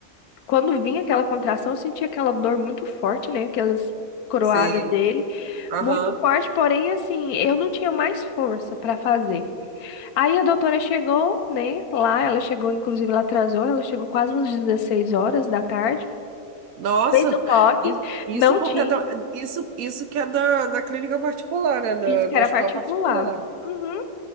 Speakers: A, on the left (about 80°); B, on the right (about 70°).
A: quando vinha aquela contração, eu sentia aquela dor muito forte, né? Aquelas coroadas
B: Sim.
A: dele,
B: Aham.
A: muito forte, porém assim, eu não tinha mais força para fazer. Aí a doutora chegou, né, lá, ela chegou, inclusive ela atrasou, ela chegou quase umas 16 horas da tarde,
B: Nossa,
A: fez o toque,
B: isso, isso
A: não
B: porque
A: tinha,
B: é da, isso, isso que é da, da clínica particular, né? Da-
A: disse que
B: Do,
A: era
B: hospital
A: particular.
B: particular.
A: Uhum,